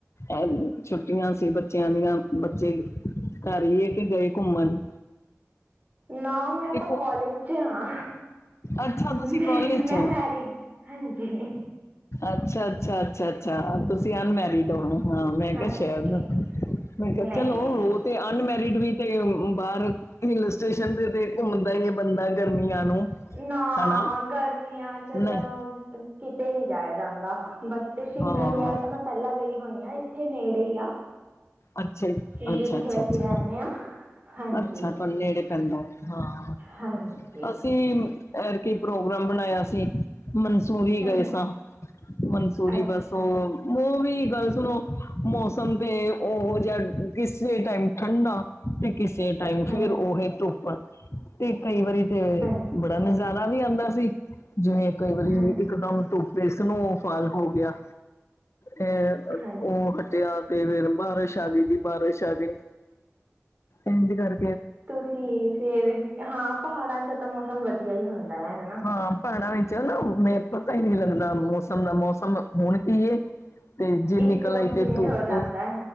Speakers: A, on the left; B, on the right.
A: ਐ ਵੀ ਛੁੱਟੀਆਂ ਸੀ ਬੱਚਿਆਂ ਦੀਆਂ ਬੱਚੇ ਕਾਰ ਈ ਏ ਕੇ ਗਏ ਘੁੰਮਣ।
B: ਨਾ, ਮੈਂ
A: ਦੇਖੋ,
B: ਤਾਂ ਕੋਲਜ 'ਚ ਆਂ।
A: ਅੱਛਾ
B: ਮ
A: ਤੁਸੀਂ ਕਾਲਜ ਚ
B: ਮੈਂ
A: ਹੋ
B: ਮੈਰਿਡ ਹਾਂਜੀ!
A: ਅੱਛਾ! ਅੱਛਾ! ਅੱਛਾ! ਅੱਛਾ! ਤੁਸੀਂ ਅਨਮੈਰਿਡ ਹੋ। ਹਾਂ! ਮੈਂ ਕਿਹਾ
B: ਹਾਂਜੀ
A: ਸ਼ਾਇਦ,
B: ਨਹੀਂ
A: ਮੈਂ ਕਿਹਾ ਚਲੋ।
B: ਨਹੀਂ
A: ਤੇ ਅਨਮੈਰਿਡ ਵੀ ਤੇ ਬਾਹਰ। ਹਿਲ ਸਟੇਸ਼ਨ ਤੇ ਤੇ ਘੁੰਮਦਾ ਹੀ ਬੰਦਾ, ਗਰਮੀਆਂ ਨੂੰ।
B: ਨਾ
A: ਹਨਾ
B: ਗਰਮੀਆਂ 'ਚ
A: ਨਹੀਂ
B: ਤਾਂ ਕਿਤੇ ਨਹੀਂ ਜਾਇਆ ਜਾਂਦਾ। ਬੱਟ ਸ਼ਿਮਲੇ
A: ਹਾਂ
B: ਵਗੈਰਾ ਤਾਂ ਮੈਂ ਪਹਿਲਾਂ ਗਈ ਹੋਈ ਆਂ, ਇੱਥੇ ਨੇੜੇ ਹੀ ਆ।
A: ਅੱਛਾ ਜੀ, ਅੱਛਾ
B: ਜਿੱਥੇ
A: ਅੱਛਾ
B: ਅਸੀਂ
A: ਅੱਛਾ
B: ਰਹਿਣੇ ਹਾਂ। ਹਾਂਜੀ
A: ਅੱਛਾ! ਤੁਹਾਨੂੰ ਨੇੜੇ ਪੈਦਾ ਹੋਉ ਹਾਂ।
B: ਹਾਂਜੀ
A: ਅਸੀਂ ਐਤਕੀਂ ਪ੍ਰੋਗਰਾਮ ਬਣਾਇਆ ਸੀ। ਮਨਸੂਰੀ
B: ਹਮ
A: ਗਏ ਸਾਂ, ਮਨਸੂਰੀ
B: ਅੱਛਾ
A: ਬਸ ਉਹ। ਉਹ ਵੀ ਗੱਲ ਸੁਣੋ ਮੌਸਮ ਤੇ ਉਹੋ ਜਿਹਾ ਕਿਸੇ ਟਾਈਮ ਠੰਡਾ। ਤੇ ਕਿਸੇ ਟਾਈਮ ਫੇਰ
B: ਹਾਂਜੀ
A: ਉਹੀ ਧੁੱਪ, ਤੇ ਕਈ ਵਾਰੀ ਤੇ।
B: ਹਾਂਜੀ
A: ਨਜ਼ਾਰਾ ਵੀ ਆਉਂਦਾ ਸੀ ਜਿਵੇ। ਕਈ ਵਾਰੀ
B: ਹਾਂਜੀ
A: ਇੱਕਦਮ ਧੁੱਪ ਏ, ਸਨੋਫਾਲ ਹੋ ਗਯਾ। ਇਹ
B: ਹਾਂਜੀ
A: ਉਹ ਹਟਿਆ ਤੇ ਫੇਰ ਬਾਰਿਸ਼ ਆ ਗਈ ਜੀ ਬਾਰਿਸ਼ ਆ ਗਈ। ਇੰਜ ਕਰ।
B: ਤੁਸੀਂ ਫੇਰ, ਹਾਂ ਪਹਾੜਾਂ 'ਚ ਤਾਂ ਮੌਸਮ ਵਧੀਆ ਹੀ ਹੁੰਦਾ ਹੈਨਾ।
A: ਹਾਂ ਪਹਾੜਾਂ ਵਿੱਚ ਨਾ ਉਵੇਂ ਪਤਾ ਹੀ ਨਹੀਂ ਲੱਗਦਾ ਮੌਸਮ ਦਾ, ਮੌਸਮ ਹੁਣ ਕੀ ਏ। ਤੇ ਜੇ
B: ਇੱਕਦਮ
A: ਨਿਕਲ ਆਈ
B: ਚੇਂਜ
A: ਤੇ ਧੁੱਪ
B: ਹੋ ਜਾਂਦਾ ਹੈ